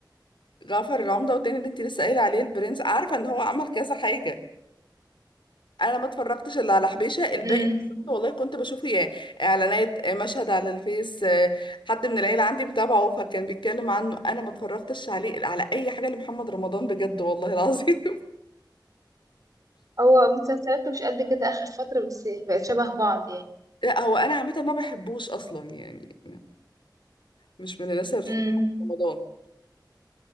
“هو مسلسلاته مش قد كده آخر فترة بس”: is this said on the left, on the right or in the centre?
Right